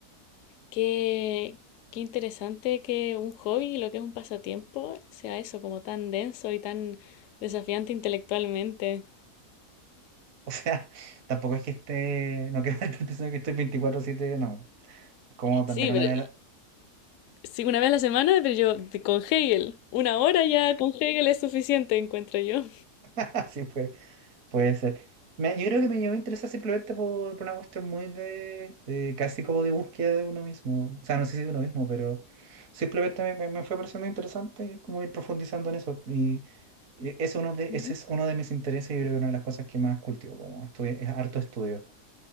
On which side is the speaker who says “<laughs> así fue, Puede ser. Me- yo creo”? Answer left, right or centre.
Right